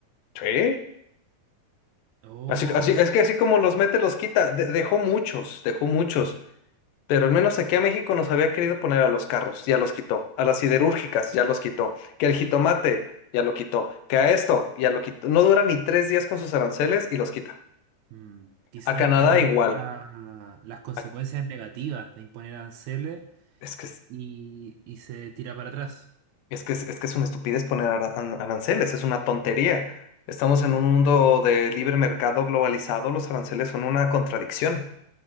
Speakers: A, on the left (about 85°); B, on the right (about 75°).
A: Sí.
B: Oh.
A: Así, así, es que así como los mete, los quita. De- dejó muchos, dejó muchos. Pero al menos aquí a México nos había querido poner a los carros, ya los quitó. A las siderúrgicas, ya los quitó. Que al jitomate, ya lo quitó. Que a esto, ya lo quitó. No dura ni tres días con sus aranceles y los quita.
B: Mm, quizás
A: A Canadá
B: está viendo
A: igual.
B: la- las consecuencias
A: A-
B: negativas de imponer aranceles
A: es que es-
B: y, y se tira para atrás.
A: Es que es, es que es una estupidez poner ara- an- aranceles, es una tontería. Estamos en un mundo de libre mercado globalizado, los aranceles son una contradicción.